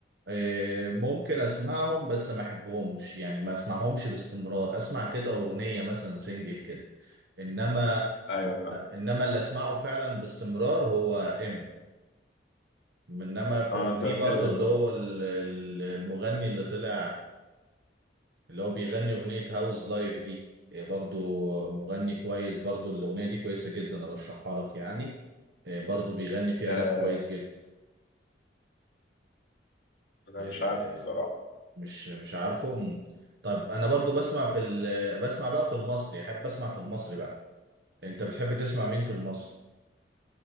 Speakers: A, on the right; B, on the left.
A: إيه ممكن اسمعهم بس ما احبهمش يعني ما اسمعهمش باستمرار اسمع كده اغنية مثلا سنجل كده انما
B: أيوه فاهم
A: انما اللي اسمعه فعلا باستمرار هو امينيم انما ف...
B: آه
A: وفي
B: أنت بتحب
A: برضو
B: يعني
A: اللي هو ال- ال- المغني اللي طلع اللي هو بيغني اغنية هاوز لايف دي آه، برضو مغني كويس برضو الاغنية دي كويسة جدا ارشحها لك يعني آه، برضو بيغني فيها
B: آه
A: راب كويس جدا
B: أنا
A: آه،
B: مش عارف بصراحة
A: مش مش عارفه م. طب انا برضو بسمع في ال- بسمع بقى في المصري احب اسمع في المصري بقى انت بتحب تسمع مين في المصري